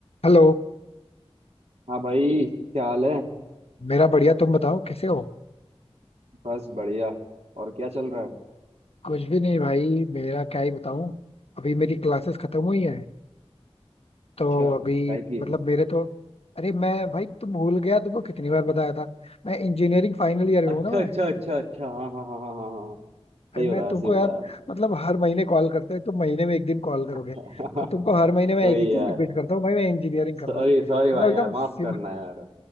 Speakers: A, on the left; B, on the right.
A: Hello
B: हाँ भाई क्या हाल है
A: मेरा बढ़िया तुम बताओ कैसे हो
B: बस बढ़िया और क्या चल रहा है
A: कुछ भी नहीं भाई मेरा क्या ही बताऊं अभी मेरी क्लासेस खत्म हुई हैं तो
B: अच्छा
A: अभी
B: काय की
A: मतलब मेरे तो अरे मैं भाई तुम भूल गया तुमको कितनी बार बताया था मैं इंजीनियरिंग फाइनल ईयर में
B: अच्छा
A: हूँ ना मैं
B: अच्छा अच्छा अच्छा हाँ हाँ हाँ हाँ हाँ हाँ सही
A: भाई मैं
B: बताया
A: तुमको
B: सही
A: यार
B: बताया
A: मतलब हर महीने कॉल करते हो तुम महीने में एक दिन कॉल करोगे
B: <laughs>
A: और तुमको हर महीने मैं
B: वही
A: एक ही चीज
B: यार
A: रिपीट करता हूँ भाई मैं इंजीनियरिंग कर
B: सॉरी
A: रहा हूँ
B: सॉरी भाई
A: मतलब एकदम
B: यार माफ
A: सिम,
B: करना यार